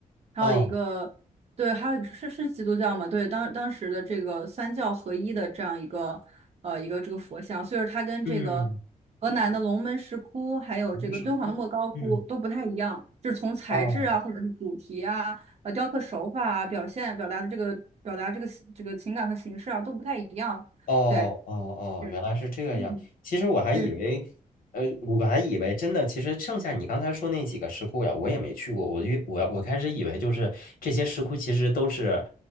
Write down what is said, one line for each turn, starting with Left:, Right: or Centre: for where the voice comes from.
Right: 还有一个，
Left: 哦，
Right: 对，还有一个是是基督教嘛？对，当当时的这个三教合一的这样一个呃一个这个佛像，所以说它跟这个
Left: 嗯，
Right: 河南的龙门石窟，还有这个敦煌的莫高窟都不太一样，
Left: 云石窟，嗯，
Right: 就是从材质啊，
Left: 哦。
Right: 或者是主题啊，呃，雕刻手法啊，表现表达的这个表达这个这个情感和形式啊都不太一样，
Left: 哦哦哦，
Right: 对，是，
Left: 原来是这样。
Right: 嗯，
Left: 其实我还以为，
Right: 对，
Left: 呃，我还以为真的，其实剩下你刚才说那几个石窟呀，我也没去过。我越我我开始以为就是这些石窟其实都是